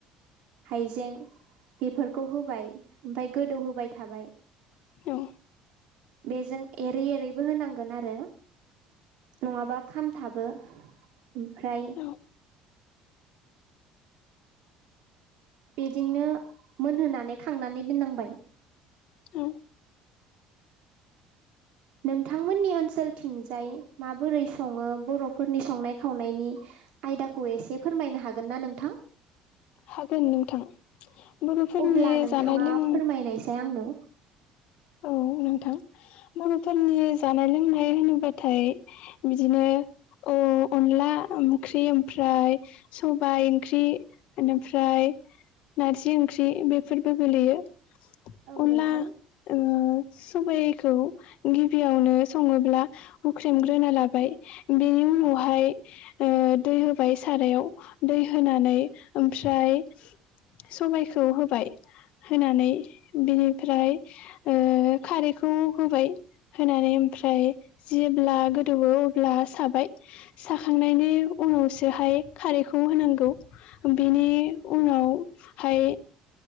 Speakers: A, on the right; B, on the left.
A: हायजें बेफोरखौ होबाय ओमफ्राय गोदौ होबाय थाबाय
B: औ
A: बेजों एरै एरैबो होनां गोन आरो नंङा खामथाबो ओमफ्राय <inaudible>
B: औ
A: बेजोंनो मोनहोनानै खांनानै दोननांबाय
B: उम
A: नोंथांमोननि ओनसोलथिंजाय माबोरै सङो बर'फोरनि संनाय खावनायनि आयदाखौ एसे फोरमायनो हागोन ना नोंथां?
B: हागोन नोंथां। बर'फोरनि
A: अब्ला नोंथाङा
B: जानाय लों-
A: फोरमायनायसाय आंनो
B: औ नोंथां बर'फोरनि जानाय लोंनाय होनोब्लाथाय बिदिनो औ अनला ओंख्रि ओमफ्राय सबाइ ओंख्रि बेनिफ्राय नारजि ओंख्रि बेफोरबो गोलैयो
A: औ
B: अनला
A: नोंथां
B: ओ सबाइखौ गिबियावनो सङोब्ला हुख्रेमग्रोना लाबाय बे नि उनावहाय ओ दै होबाय सारायाव दै होनानै ओमफ्राय सबायखौ होबाय होनानै बिनिफ्राय ओ खारैखौ होबाय होनानै ओमफ्राय जेब्ला गोदौवो अब्ला साबाय साखांनायनि उनावसोहाय खारैखौ होनांगौ बिनि उनावहाय